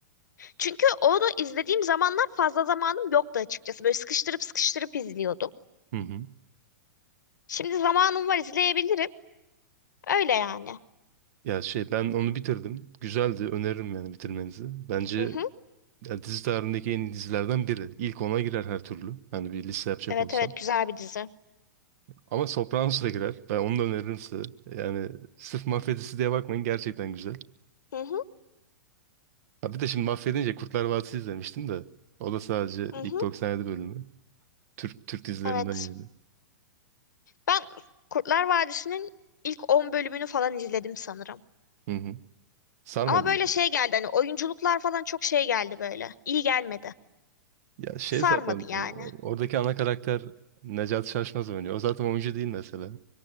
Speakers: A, on the left; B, on the right.
A: Çünkü onu izlediğim zamanlar fazla zamanım yoktu açıkçası. Böyle sıkıştırıp sıkıştırıp izliyordum.
B: Hı hı.
A: Şimdi zamanım var izleyebilirim. Öyle yani.
B: Ya şey ben onu bitirdim. Güzeldi. Öneririm yani bitirmenizi. Bence
A: Hı hı.
B: ya dizi tarihindeki en iyi dizilerden biri. İlk ona girer her türlü. Hani bir liste yapacak
A: Evet
B: olsam.
A: evet güzel bir dizi.
B: Ama Sopranos da girer. Ben onu da öneririm size. Yani sırf mafya dizisi diye bakmayın. Gerçekten güzel.
A: Hı hı.
B: Ha bir de şimdi mahvedince Kurtlar Vadisi izlemiştim de. O da sadece
A: Hı
B: ilk
A: hı.
B: 97 bölümü. Türk Türk dizilerinden
A: Evet.
B: yani.
A: Ben Kurtlar Vadisi'nin ilk 10 bölümünü falan izledim sanırım.
B: Hı hı. Sarmadım.
A: Ama böyle şey geldi hani oyunculuklar falan çok şey geldi böyle. İyi gelmedi.
B: Ya şey
A: Sarmadı
B: zaten
A: yani.
B: o- oradaki ana karakter Necat Şaşmaz oynuyor. O zaten oyuncu değil mesela.